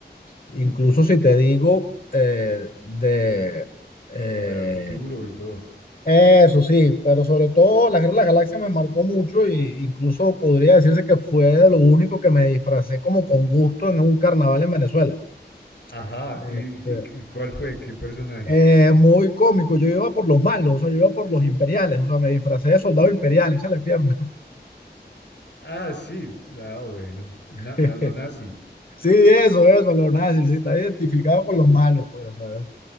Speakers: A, on the left; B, on the left.
A: incluso si te digo, eh, de, eh,
B: Volver al futuro y todo.
A: eso sí, pero sobre todo la Guerra de las Galaxias me marcó mucho y incluso podría decirse que fue de lo único que me disfracé como con gusto en un carnaval en Venezuela, pues.
B: Ajá,
A: Este,
B: ¿y, y qué- cuál fue? ¿Qué personaje?
A: Eh, muy cómico, yo iba por los malos, o sea, yo iba por los imperiales, o sea, me disfracé de soldado imperial, échale pierna.
B: Ah, sí. Ah, bueno. Na-
A: <laughs>
B: a lo nazi.
A: Sí, eso, eso, los nazis,
B: Sí,
A: sí, está identificado con los malos, pues, o sea,